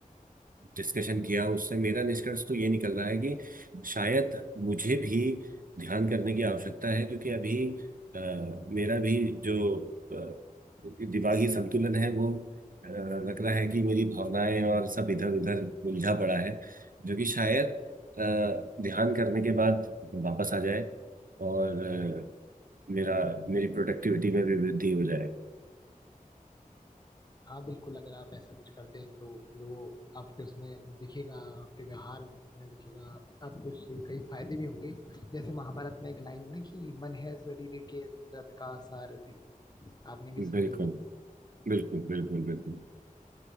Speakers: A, on the right (about 70°); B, on the left (about 30°).
A: डिस्कशन किया उससे मेरा निष्कर्ष तो ये निकल रहा है कि शायद मुझे भी ध्यान करने की आवश्यकता है क्योंकि अभी अ, मेरा भी जो अ, दिमागी संतुलन है वो अ, लग रहा है कि मेरी भावनाएं और सब इधर उधर उलझा पड़ा है जो कि शायद अ, ध्यान करने के बाद वापस आ जाए और अ, मेरा मेरी प्रोडक्टिविटी में भी वृद्धि हो जाए
B: हाँ बिल्कुल अगर आप ऐसा कुछ करते हैं तो वो आपके उसमें दिखेगा आपके व्यवहार में दिखेगा आपको इससे कई फायदे भी होंगे जैसे महाभारत में एक लाइन है ना कि मन है शरीर के रथ का सारथी आपने भी
A: बिल्कुल
B: सुनी होगी
A: बिल्कुल बिल्कुल बिल्कुल